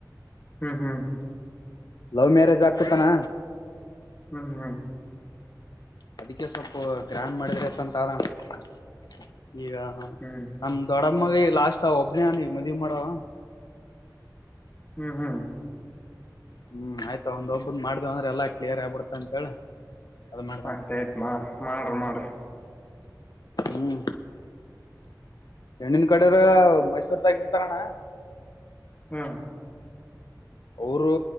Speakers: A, on the left (about 20°); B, on the left (about 70°).
A: ಹ್ಮ್ ಹ್ಮ್ ಹ್ಮ
B: ಲವ್ ಮ್ಯಾರೇಜ್ ಆಗುತ್ತೆ ಅಣ್ಣ
A: ಹ್ಮ್ ಹ್ಮ್
B: ಅದಕ್ಕೆ ಸ್ವಲ್ಪ ಗ್ರ್ಯಾಂಡ್ ಮಾಡಿದ್ರತ ಅಂತ ಆದ ಅಣ್ಣ ಈಗ
A: ಹ್ಮ್
B: ನಮ ದೊಡ್ಡಮ್ಮಗ ಲಾಸ್ ಒಬ್ನೇಾನಗ ಮದ್ವಿ ಮಾಡವ
A: ಹ್ಮ ಹ್ಮ್
B: ಹ್ಮ್ ಆಯ್ತಾ ಅವುಒಬ್ಬ ಮಾಡ್ದವ ಅಂದ್ರೆ ಎಲ್ಲಾ ಕ್ಲಿಯರ್ ಆಗ್ಬಿಡತ ಅಂತೇಳಿ ಅದ್ ಮಾಡ್ದನ್
A: ಮಾತಾಡೇಮ ಮಾಡ್ರಿ ಮಾಡ್ರಿ
B: ಹ್ಮ್ ಹೆಣ್ಣನ್ ಕಡರ ಮೈಸೂರ್ದಾಗಿರ್ತಾರಣ್ಣ
A: ಹ್ಮ
B: ಅವರು